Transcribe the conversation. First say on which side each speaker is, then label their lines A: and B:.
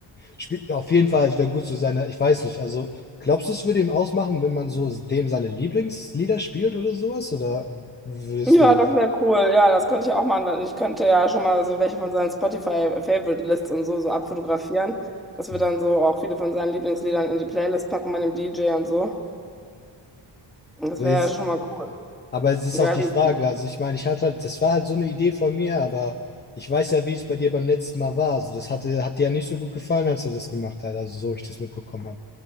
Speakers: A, on the left (about 20°); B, in the centre.
A: Spiel, auf jeden Fall, es wäre gut zu seiner, ich weiß nicht, also glaubst du, es würde ihm ausmachen, wenn man so dem seine Lieblingslieder spielt oder sowas? Oder würde es
B: Ja,
A: dem gefallen?
B: das Mhm. wäre cool. Ja, das könnte ich auch machen. weil Ich könnte ja schon mal so welche von seinen Spotify-Favorite-Lists und so, so abfotografieren, dass
A: Hm.
B: wir dann so auch viele von seinen Lieblingsliedern in die Playlist packen bei dem DJ und so. Das
A: Aber
B: wäre
A: jetzt,
B: ja schon mal cool.
A: aber es ist
B: Geile
A: auch die Frage,
B: Idee.
A: also ich meine, ich hatte halt, das war halt so eine Idee von mir, aber ich weiß ja, wie es bei dir beim letzten Mal war. Also das hatte, hat dir ja nicht so gut gefallen, als du das gemacht hast, also so ich das mitbekommen habe.